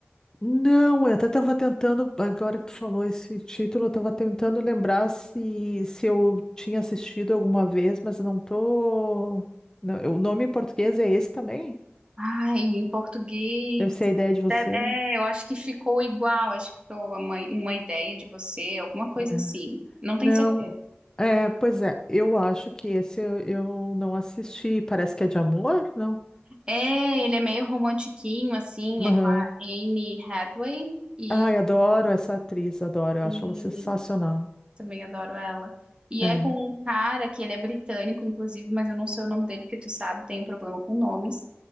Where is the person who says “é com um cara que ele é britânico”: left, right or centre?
Right